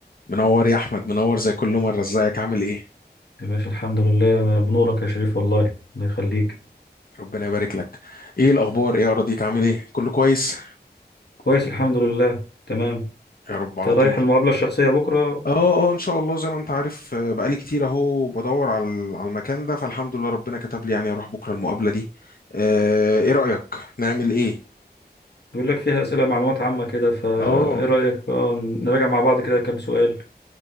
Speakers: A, on the left (about 60°); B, on the left (about 75°).
A: منور يا احمد منور زي كل مره ازيك عامل ايه
B: يا باشا الحمد لله بنورك يا شريف والله الله يخليك
A: ربنا يبارك لك ايه الاخبار ايه اراضيك عامل ايه كله كويس
B: كويس الحمد لله تمام
A: يا رب
B: انت
A: على طول
B: رايح المقابلة الشخصية بكرة
A: اه اه ان شاء الله زي ما انت عارف آه، بقالي كتير اهو بدور على على المكان ده فالحمد لله ربنا كتب لي يعني اروح بكره المقابله دي آه، ايه رايك نعمل ايه
B: بيقول لك فيها أسئلة معلومات عامة كده فإيه
A: اه
B: رأيك بقى نراجع مع بعض كده كام سؤال